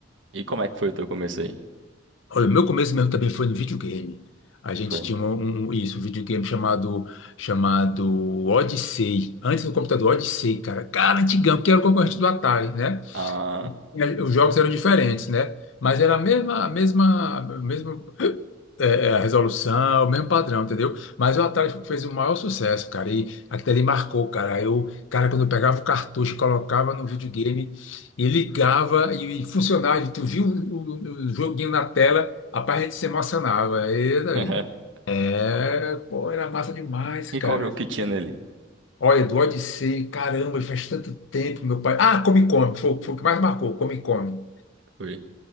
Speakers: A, on the right (about 80°); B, on the left (about 80°).
A: E como é que foi o teu começo aí?
B: Olha, o meu começo mesmo também foi no videogame. A gente
A: Foi.
B: tinha um, um- um, isso, um videogame chamado, chamado Odyssey. Antes do computador, Odyssey, cara. Cara, antigão, que era o concorrente do Atari, né?
A: Ah,
B: E a- Os jogos eram diferentes, né? Mas era a mesma, a mesma, a mesma é, é, resolução, o mesmo padrão, entendeu? Mas o Atari fez o maior sucesso, cara. E aquilo ali marcou, cara. Eu, cara, quando eu pegava o cartucho, colocava no videogame e ligava e, e funcionava. e Tu viu o, o- o joguinho na tela, rapaz, a gente se emocionava. E, daí?
A: <laughs>
B: É, pô, era massa demais,
A: e
B: cara.
A: qual jogo que tinha nele?
B: Olha, do Odyssey, caramba, faz tanto tempo, meu pai. Ah, Come Come, foi, foi o que mais marcou, Come Come.
A: Foi.